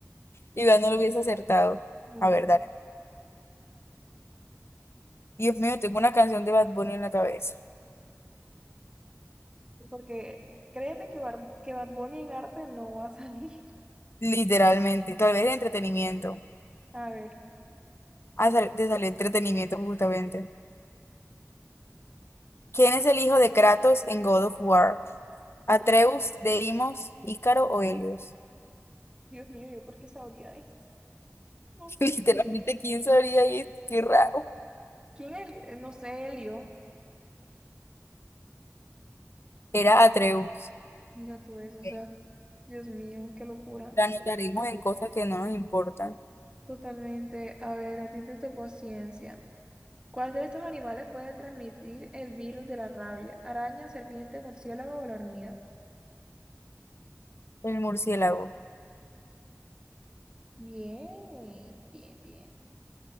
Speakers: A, on the left; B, on the right.
A: Igual no lo hubiese acertado.
B: No
A: A ver,
B: te-
A: dale. Dios mío, tengo una canción de Bad Bunny en la cabeza.
B: Porque créeme que, Bar- que Bad Bunny en arte no va a salir.
A: Literalmente. Tal vez entretenimiento.
B: <laughs> A ver,
A: Ah, sal- te salió entretenimiento justamente. ¿Quién es el hijo de Kratos en God of War? ¿Atreus, Deimos, Ícaro o Helios?
B: Dios mío, ¿yo por qué sabría eso. No
A: <laughs>
B: sé.
A: Literalmente, ¿quién sabría esto? Qué raro.
B: ¿Quién es? el- eh, No sé, Elio.
A: Era Atreus.
B: Mira tú eso,
A: Ok,
B: o sea, Dios mío, qué locura.
A: La anotaremos en cosas que no nos importan.
B: Totalmente. A ver, a ti te tocó ciencia. ¿Cuál de estos animales puede transmitir el virus de la rabia? ¿Araña, serpiente, murciélago o la hormiga?
A: El murciélago.
B: Bien, bien, bien.